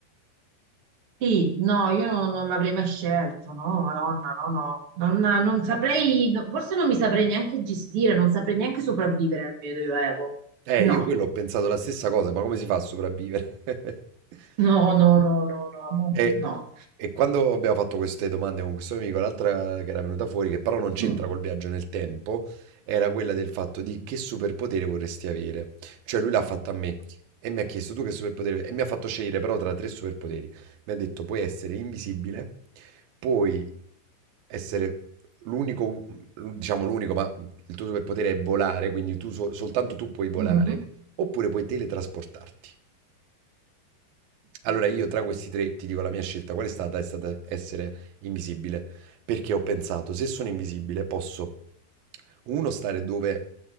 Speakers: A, on the right; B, on the right.
A: Sì, no, io non, non l'avrei mai scelto, no, Madonna, no, no, non, non saprei, no, forse non mi saprei neanche gestire, non saprei neanche sopravvivere nel Medioevo.
B: Eh,
A: No,
B: io quello ho pensato la stessa cosa, ma come si fa a sopravvivere? <laughs>
A: no, no, no, no, no, no,
B: E,
A: no.
B: e quando abbiamo fatto queste domande con questo amico, l'altra che era venuta fuori, che però non c'entra
A: Mm,
B: col viaggio nel tempo, era quella del fatto di che superpotere vorresti avere. Cioè lui l'ha fatta a me e mi ha chiesto tu che superpotere... E mi ha fatto scegliere però tra tre superpoteri. Mi ha detto puoi essere invisibile, puoi essere l'unico, diciamo l'unico, ma il tuo superpotere è volare, quindi tu so- soltanto tu puoi volare,
A: mm, mm.
B: oppure puoi teletrasportarti. Allora, io tra questi tre ti dico la mia scelta qual è stata? È stata essere invisibile, perché ho pensato, se sono invisibile posso, uno, stare dove,